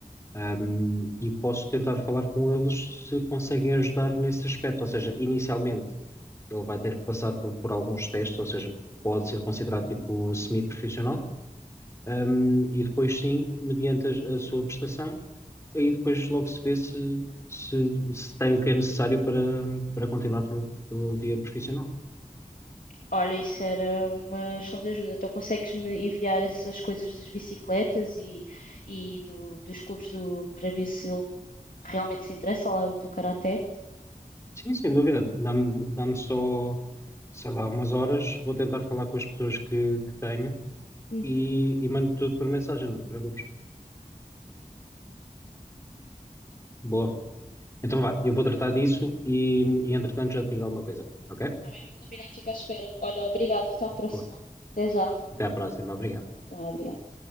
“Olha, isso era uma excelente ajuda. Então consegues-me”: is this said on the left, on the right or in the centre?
Left